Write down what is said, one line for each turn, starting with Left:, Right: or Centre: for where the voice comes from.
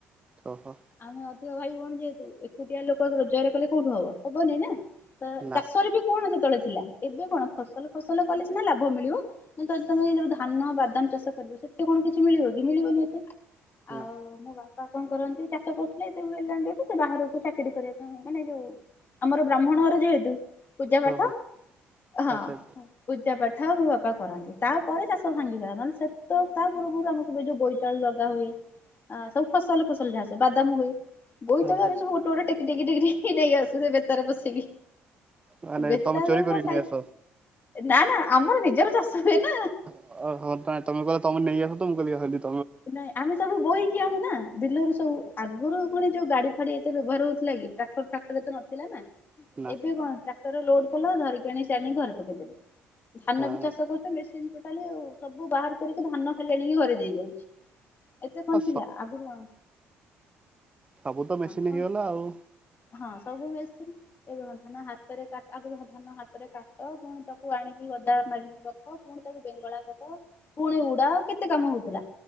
Right: ଓହୋ।
Left: ଆମେ ଅଧିକ ଭାଇ ଭଉଣୀ ଯେହେତୁ ଏକୁଟିଆ ଲୋକ <unintelligible> ରୋଜଗାର କଲେ କୋଉଠୁ ହବ ହବ ନାଇଁ ନା। ତ
Right: ନା
Left: ଚାଷରେ ବି କଣ ସେତେବେଳେ ଥିଲା ଏବେ କଣ ଫସଲ ଫସଲ କଲେ ସିନା ଲାଭ ମିଳିବ। ନା ଯଦି ତମେ ଏଇ ଧର ଧାନ ବାଦାମ ଚାଷ କରିବ ସେଥିରେ କଣ କିଛି ମିଳିବ କି ମିଳିବନି ଏତେ। ଆଉ
Right: ନା
Left: ମୋ ବା ପା କଣ କରନ୍ତି ଚାଷ କରୁଥିଲେ ଏତେ ହୁ ହେଲାଣି ଯୋଉଠୁ ସେ ବାହାରକୁ ଚାକିରି କରିବା ପାଇଁ ମାନେ ଯୋଉ ଆମର ବ୍ରାହ୍ମଣର ଯେହେତୁ ପୂଜା ପାଠ
Right: ଓହୋ
Left: ଅହଁ
Right: ଆଚ୍ଛା
Left: ହ।
Right: ଆଚ୍ଛା
Left: ପୂଜା ପାଠ ଆଉ ମୋ ବାପା କରନ୍ତି ତାପରେ ଚାଷ ଭାଙ୍ଗିଗଲା ମାନେ ସେତ ତା ପୂର୍ବରୁ ଆମ ସବୁ ଏଇ ଯୋଉ ବୋଇ ତାଳୁ ଲଗା ହୁଏ ଆ ସବୁ ଫସଲ ଫସଲ ଯାହା ସବୁ ବାଦାମ ହୁଏ। ବୋଇତାଳୁ
Right: ହଁ ହଁ
Left: ଏବେ ସବୁ ଗୋଟେ ଗୋଟେ ଟେକି ଟେକି ଟେକି ଟେକି ନେଇ ଆସୁ ସେ ବେତାରେ ପସେଇକି।
Right: ମାନେ
Left: ବେତା
Right: ତମେ ଚୋରି
Left: ଯୋଉ
Right: କରିକି
Left: ହ ସାଇ
Right: ନେଇ ଆସ।
Left: ନା ନା ଆମର ନିଜର ଚାଷ ହୁଏ ନା।
Right: ଅ ହ ତମେ ତମେ କହିଲ ତମେ ନେଇ ଆସ ତ ମୁଁ କହିଲି ଅହ <unintelligible>
Left: ନାଇଁ ଆମେ ସବୁ ବୋହିକି ଆଣୁନା ବିଲରୁ ସବୁ ଆଗରୁ ପୁଣି ଯୋଉ ଗାଡ଼ି ଫାଡ଼ି ଏତେ ବ୍ୟବହାର ହଉଥିଲା କି। ଟ୍ରାକ୍ଟର ଫ୍ରାକ୍ଟର ଏତେ ନଥିଲା ନା
Right: ନା
Left: ଏବେ କଣ ଟ୍ରା ଟରରେ ଲୋଡ କଲ ଧରିକି ଆଣ ସେ ଆଣି ଘରେ ପକେଇ ଦେଲେ ଧାନ
Right: ହଁ
Left: ବି ଚାଷ କରୁଛନ୍ତୀ ବେଶ ସେଖାଲି ସବୁ ବାହାର କରିକି ଧାନ ଖାଲି ଆଣିକି ଘରେ ଦେଇ ଯାଉଛି। ସେ କଣ
Right: ଆ
Left: ଥିଲା ଆଗରୁ ହ
Right: ସବୁ ତ ମେସିନ୍
Left: କ
Right: ହେଇଗଲା ଆଉ
Left: ହଁ ସବୁସି ଏବେନ୍ଧ ନା ହାତ ପରେ କ ଆଗଧ ଧାନ ହାତରେ କାଟ ପୁଣି ତାକୁ ଆଣିକି ଗଦା ମାରିକି ରଖ ପୁଣି ତାକୁ ବେଙ୍ଗଳା କର। ପୁଣି ଉୁଡା କେତେ କାମ ହଉଥିଲା।